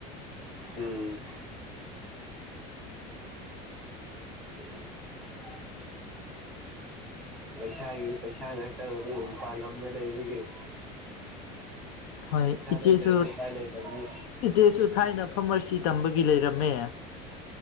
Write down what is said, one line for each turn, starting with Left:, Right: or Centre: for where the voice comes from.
Centre: ꯎꯝ ꯎ ꯄꯩꯁꯥꯒꯤ ꯄꯩꯁꯥ ꯉꯥꯛꯇꯕꯨꯗꯤ ꯃꯄꯥꯟ ꯂꯝꯗ ꯂꯩꯕꯒꯤ
Left: ꯍꯣꯏ
Centre: ꯄꯩꯁꯥ
Left: ꯏꯆꯦꯁꯨ
Centre: ꯂꯩꯗ꯭ꯔꯗꯤ ꯎꯄꯥꯏ ꯂꯩꯇꯕꯅꯤ
Left: ꯏꯆꯦꯁꯨ ꯊꯥꯏꯅ ꯐꯥꯔꯃꯥꯁꯤ ꯇꯝꯕꯒꯤ ꯂꯩꯔꯝꯃꯦ